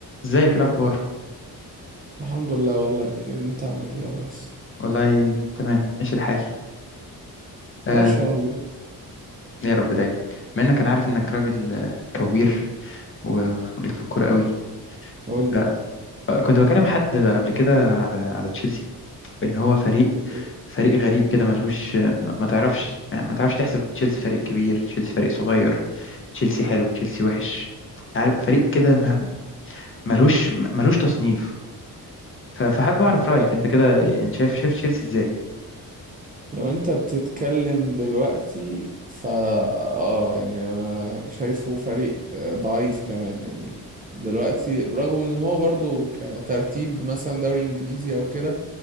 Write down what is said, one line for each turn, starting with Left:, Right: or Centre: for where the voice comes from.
Left: ازيك إيه الاخبار
Right: الحمد لله والله بخير انت عامل ايه يا ريس
Left: والله تمام ماشي الحال آه
Right: ماشي والله
Left: يا رب دايما بما انك انا عارف انك راجل آه، كوير و- وليك في الكوره قوي
Right: قول لي
Left: آه،
Right: بقى
Left: آه، كنت بكلم حد قبل كده على على تشيلسي ان هو فريق
Right: اوكي
Left: فريق غريب كده ملهوش آه، ما ما تعرفش يعني ما تعرفش تحسب تشيلسي فريق كبير تشيلسي فريق صغير تشيلسي حلو تشيلسي وحش عارف فريق كده ما- ملهوش ملهوش تصنيف ف- فحابب اعرف
Right: والله
Left: رايك انت كده انت شايف شايف تشيلسي ازاي
Right: لو انت بتتكلم دلوقتي فا اه يعني انا شايفه فريق آه، ضعيف كمان يعني دلوقتي برغم ان هو برضو كترتيب مثلا دوري انجليزي او كده